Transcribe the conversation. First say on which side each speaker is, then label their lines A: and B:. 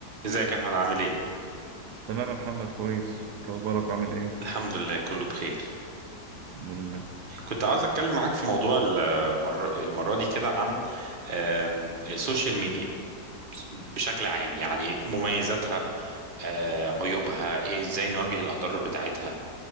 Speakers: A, on the right (about 40°); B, on the right (about 80°).
A: ازيك يا احمد عامل ايه؟
B: تمام يا محمد كويس انت اخبارك عامل ايه
A: الحمد لله كله بخير
B: الحمد لله
A: كنت عاوز اتكلم معاك في موضوع المرة, المرة دي كده عن آم، السوشيال ميديا بشكل عام يعني مميزاتها آه، عيوبها ايه ازاي نواجه الاضرار بتاعتها